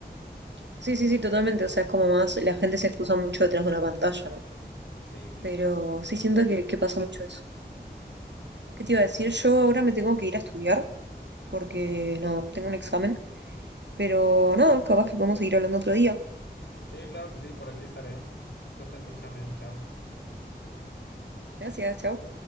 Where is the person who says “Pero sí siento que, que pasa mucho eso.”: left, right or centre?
Right